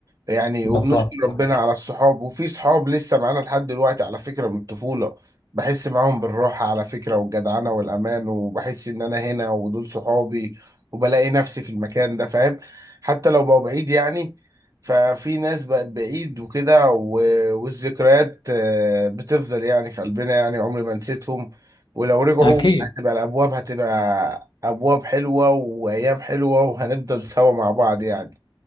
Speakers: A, on the right; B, on the left.
A: يعني
B: بالضبط
A: وبنشكر
B: صحيح
A: ربنا على الصحاب وفي صحاب لسه معانا لحد دلوقتي على فكرة من الطفولة بحس معاهم بالراحة على فكرة والجدعنة والأمان وبحس إن أنا هنا ودول صحابي وبلاقي نفسي في المكان ده فاهم حتى لو بقوا بعيد يعني ففي ناس بقت بعيد وكده و- والذكريات آه، بتفضل يعني في قلبنا يعني عمري ما نسيتهم ولو رجعوا
B: أكيد
A: هتبقى الأبواب هتبقى أبواب حلوة وأيام حلوة وهنفضل سوا مع بعض يعني